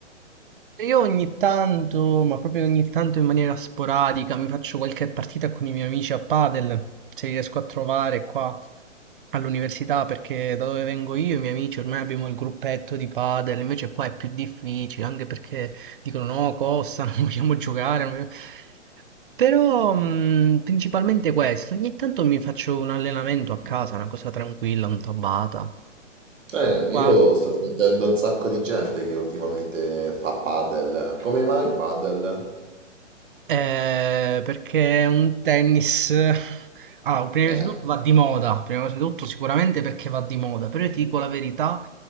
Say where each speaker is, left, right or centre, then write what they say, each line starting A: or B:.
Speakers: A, on the right (about 45°); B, on the right (about 80°).
A: Io ogni tanto, ma proprio ogni tanto in maniera sporadica, mi faccio qualche partita con i miei amici a padel, se li riesco a trovare qua all'università, perché da dove vengo io, i miei amici, ormai abbiamo il gruppetto di padel, invece qua è più difficile, anche perché dicono no, costa, <laughs> non vogliamo giocare. non vogliamo-". Però mh, principalmente questo, ogni tanto mi faccio un allenamento a casa, una cosa tranquilla, un tabata.
B: Eh,
A: Qua.
B: io sto sentendo un sacco di gente che ultimamente fa padel. Come mai padel?
A: Eh, perché è un tennis. <laughs> Allora, prima
B: Eh,
A: di tutto va di moda, prima di tutto sicuramente perché va di moda, però io ti dico la verità,